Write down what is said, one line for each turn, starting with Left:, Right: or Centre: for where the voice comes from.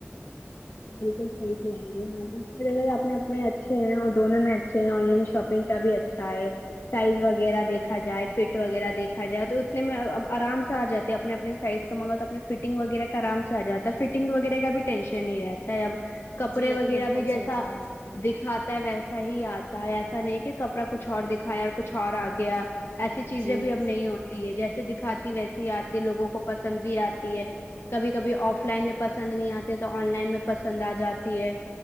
Left: بالکل صحیح رہی ہیں ہاں اگر اپنے اپنے اچھے ہیں نا دونوں میں اچھے ہیں آن لائن شاپنگ کا بھی اچھا اچھا ہے سائز وغیرہ دیکھا جائے فٹ وغیرہ دیکھا جائے تو اتنے میں آرام سے آ جاتے اپنے اپنے سائز تو منگا تو اپنے فٹنگ وغیرہ آرام سے آ جاتا فٹنگ وغیرہ کا بھی ٹینشن نہیں رہتا اب کپڑے
Right: جی یہ
Left: وغیرہ
Right: تو بالکل
Left: بھی جیسا
Right: صحیح کہا آپ نے
Left: دکھاتا ہے ویسا ہی آتا ہے ایسا نہیں کہ کپڑا کچھ اور دکھایا کچھ اور آ گیا ایسی چیزیں
Right: جی
Left: بھی اب نہیں ہوتی تی ہے جیسے دکھاتی ویسے ہی آتی ہے لوگوں کو پسند بھی آتی ہے کبھی کبھی آف لائن میں پسند نہیں آتی تو آن لائن میں پسند آ جاتی ہے